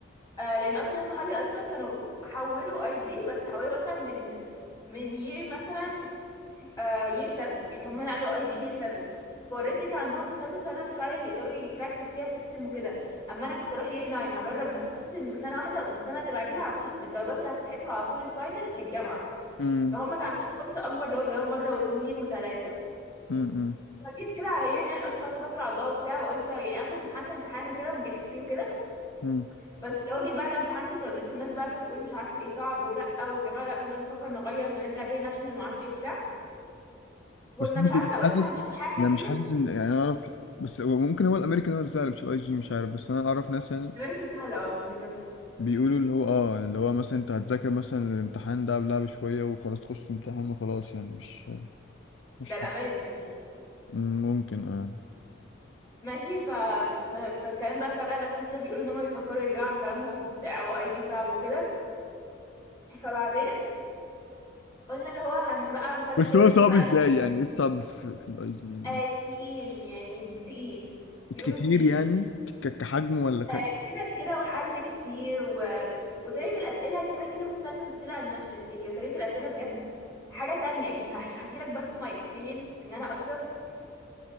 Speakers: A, on the left; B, on the left.
A: آه لان اصلا ناس صحابي اصلا كانوا حولوا اي جي بس حولوا مثلا من من year مثلا آه year 7 يعني هم نقلوا اي جي year 7 فاوريدي كان عندهم كذا سنه ترايل يقدروا يبراكتس فيها السيستم وكده اما انا كنت اروح year 9 هجرب بس السيستم سنه واحده ومن السنه اللي بعديها على طول الدرجات اللي هتتحسب على طول الفاينل للجامعه
B: امم
A: فهم كان عندهم فرصه اكبر لو يجربوا مره واثنين وثلاثه
B: امم
A: فجيت كده على year 9 قلت خلاص اتوكل على الله وبتاع وقلت يعني انا كنت امتحنت امتحان وكده ونجحت فيه وكده
B: امم
A: بس لو جيت بعد ما امتحنت اترددت الناس بقى فتقول مش عارفه ايه صعب ولا وجماعه لا كلنا بنفكر نغير ونرجع تاني ناشونال وما اعرفش ايه وبتاع كنا
B: بس أنا
A: مش
B: كنت
A: عارفه قلنا
B: حاسس
A: هنشوف حاجه
B: يعني
A: كده
B: مش حاسس ان يعني أنا اعرف بس هو ممكن هو الامريكان هو اللي سهل مش الاي جي مش عارف بس انا اعرف ناس يعني
A: الامريكان سهله اه مش بيذاكروا
B: بيقولوا اللي هو اه يعني اللي هو مثلا انت هتذاكر مثلا الامتحان ده قبلها بشويه وخلاص تخش امتحان وخلاص يعني مش مش
A: ده الامريكان اكيد
B: ممكن اه
A: ماشي ف... ف... فالكلام بقى فجاه ناس كتير بيقولوا ان هم بيفكروا يرجعوا عن كلامهم بتاع واي جي صعب وكده فبعدين قلنا اللي هو هن بقى نصلي
B: بس
A: كده
B: هو
A: ونشوف
B: صعب
A: بقى
B: ازاي يعني ايه الصعب في, في الاي جي يعني
A: آه تقيل يعني تقيل بيقولوا
B: كتير
A: تقيل
B: يعني ك- كحجم ولا
A: آه، كده كده وحل كتير و... وطريقة الأسئلة كده كده مختلفة بكتير عن الناشونال هي طريقة الأسئلة بجد حاجة تانية يعني هحش- هحكي لك بس ماي اكسبيرينس إن أنا أصلا